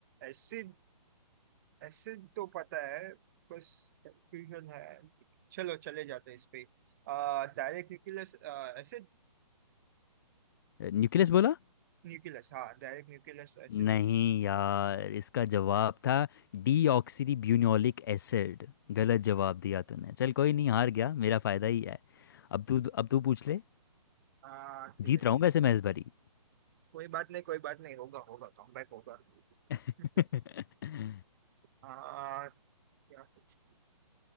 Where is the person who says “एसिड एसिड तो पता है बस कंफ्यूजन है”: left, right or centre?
Right